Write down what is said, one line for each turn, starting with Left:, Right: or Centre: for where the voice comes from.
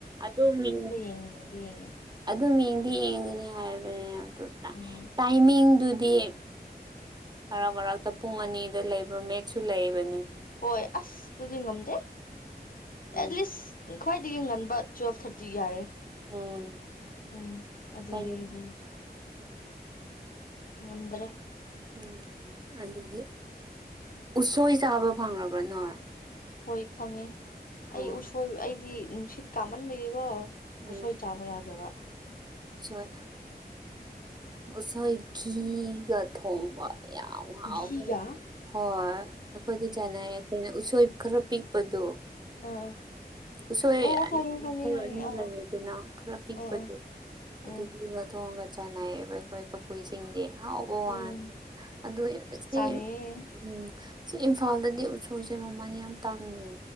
Right: ꯑꯗ ꯃꯤ
Left: ꯎꯗꯤꯉ
Right: ꯑꯗꯨꯝ ꯌꯦꯡꯗꯤ ꯌꯦꯡꯒꯅꯤ ꯍꯥꯏꯕꯅꯦ ꯑꯗꯨ
Left: ꯎꯝ
Right: ꯑꯩꯃꯤꯡꯗꯨꯗꯤ ꯃꯔꯔꯛ ꯃꯔꯛꯇ ꯄꯨꯡ ꯑꯅꯤꯗ ꯂꯩꯕ ꯃꯦꯠꯁꯨ ꯂꯩꯕꯅꯦ
Left: ꯍꯣꯏ ꯑꯁ ꯑꯗꯨꯗꯤ ꯉꯝꯗꯦ
Right: ꯎꯝ
Left: ꯑꯦꯠꯂꯤꯁ ꯈ꯭ꯋꯥꯏꯗꯒꯤ ꯉꯟꯕ ꯇꯨꯋꯦꯜꯐ ꯊꯥꯔꯇꯤ ꯌꯥꯔꯦ
Right: ꯎꯝ
Left: ꯎꯝ ꯑꯗꯨꯗꯒꯤꯗꯤ
Right: ꯀꯩꯅꯣ
Left: ꯉꯝꯗ꯭ꯔꯦ
Right: ꯎꯝ ꯑꯗꯨꯒꯤ ꯎꯁꯣꯏ ꯆꯥꯕ ꯐꯪꯕ꯭ꯔ ꯅꯣ
Left: ꯍꯣꯏ ꯐꯪꯉꯦ ꯑꯩ
Right: ꯎꯝ
Left: ꯎꯁꯣꯏ ꯑꯩꯗꯤ ꯅꯨꯡꯁꯤꯠ ꯀꯥꯝꯃꯟꯕꯒꯤꯀꯣ
Right: ꯎꯝ
Left: ꯎꯁꯣꯏ ꯆꯥꯕ ꯌꯥꯗꯕ
Right: ꯎꯁꯣꯏ ꯎꯁꯣꯏ ꯘꯤꯒ ꯊꯣꯡꯕ ꯌꯥꯝ ꯍꯥꯎꯕ
Left: ꯘꯤꯒ
Right: ꯍꯣꯏ ꯑꯩꯈꯣꯏꯗꯤ ꯆꯥꯅꯩꯌꯦ ꯀꯩꯅꯣ ꯎꯁꯣꯏ ꯈꯔ ꯄꯤꯛ ꯎꯠꯄꯗꯣ
Left: ꯑꯥ
Right: ꯎꯁꯣꯏ
Left: ꯑꯣ ꯑꯣ ꯈꯪꯉꯦ
Right: ꯃꯈꯜ
Left: ꯈꯪꯉꯦ ꯈꯪꯉꯦ
Right: ꯑꯅꯤ
Left: ꯑ
Right: ꯂꯩꯗꯅ ꯈꯔ ꯄꯤꯛꯄꯗꯣ
Left: ꯑꯥ ꯑꯥ ꯎꯝ
Right: ꯑꯗꯨꯒꯤ ꯑ ꯊꯣꯡꯒ ꯆꯥꯟꯅꯩꯌꯦꯕ ꯑꯩꯈꯣꯏ ꯀꯕꯨꯏꯁꯤꯡꯗꯤ ꯍꯥꯎ ꯋꯥ
Left: ꯎꯝ
Right: ꯋꯥꯅꯤ ꯑꯗꯣ ꯁꯤ
Left: ꯆꯥꯅꯤꯡꯉꯦ
Right: ꯎꯝ ꯁꯤ ꯏꯝꯐꯥꯜꯗꯗꯤ ꯎꯠꯁꯨꯏꯁꯦ ꯃꯃꯜ ꯌꯥꯝ ꯇꯥꯡꯉꯦ